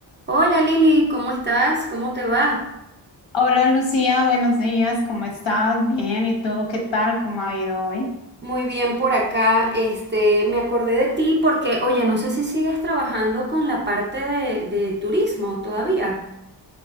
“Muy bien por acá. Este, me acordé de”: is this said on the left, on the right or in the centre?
Right